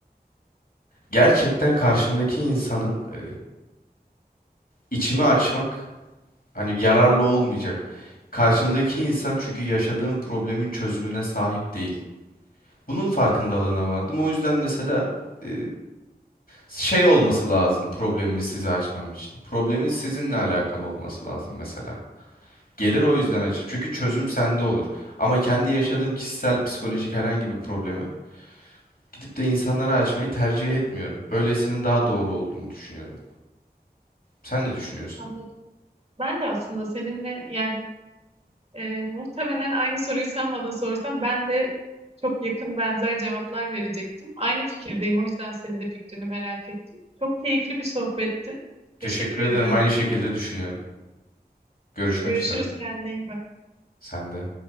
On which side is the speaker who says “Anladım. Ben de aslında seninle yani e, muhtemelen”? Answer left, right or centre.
Right